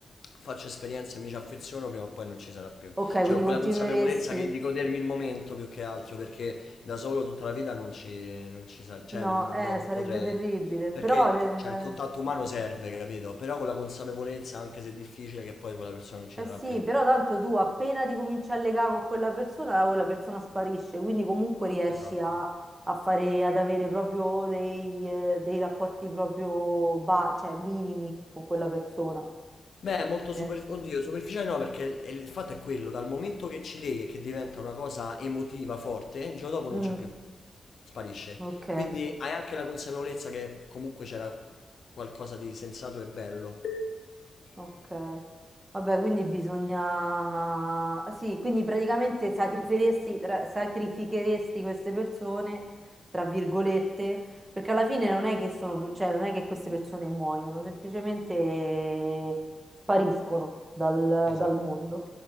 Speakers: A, on the left (about 70°); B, on the right (about 25°).
A: faccio esperienza e mi ci affeziono prima o poi non ci sarà più.
B: Ok,
A: Cioè,
B: quindi
A: con
B: continueresti.
A: quella consapevolezza che di godermi il momento più che altro, perché da solo tutta la vita non ci, non ci sa- cioè,
B: No,
A: non, non-
B: eh,
A: boh, non
B: sarebbe
A: potrei.
B: terribile,
A: Perché,
B: però eh,
A: cioè, il contatto umano serve, capito? Però con la consapevolezza, anche se è difficile, che poi quella persona non ci
B: Eh
A: sarà
B: sì,
A: più.
B: però tanto tu appena ti cominci a legare con quella persona, quella persona sparisce, quindi comunque riesci
A: Esatto.
B: a, a fare, ad avere proprio dei, eh, dei rapporti proprio ba- cioè minimi con quella persona.
A: Beh, molto super...
B: Eh.
A: Oddio, superficiale no, perché il il fatto è quello, dal momento che ci leghi e che diventa una cosa emotiva forte, il giorno dopo
B: Mm,
A: non c'è più, sparisce.
B: ok.
A: Quindi hai anche la consapevolezza che comunque c'era qualcosa di sensato e bello.
B: Ok. Vabbè, quindi bisogna... Sì, quindi praticamente sacrificheresti, tra- sacrificheresti queste persone, tra virgolette, perché alla fine non è che sono, cioè non è che queste persone muoiono, semplicemente spariscono dal,
A: Esatto,
B: dal mondo.